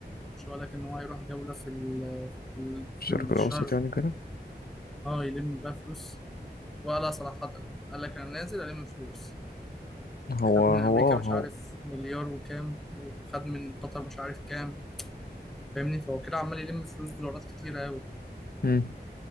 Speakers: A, in the centre; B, on the left.
A: مش هقول لك ان هو يروح دولة في ال في ال في
B: الشرق
A: الشرق
B: الأوسط يعني كده
A: اه يلم بقى فلوس وقالها صراحة قال لك انا نازل الم فلوس
B: هو
A: خد
B: هو
A: من امريكا
B: آه،
A: مش
B: هو
A: عارف مليار وكام وخد من قطر مش عارف كام فاهمني فهو كده عمال يلم فلوس دولارات كتيرة قوي
B: امم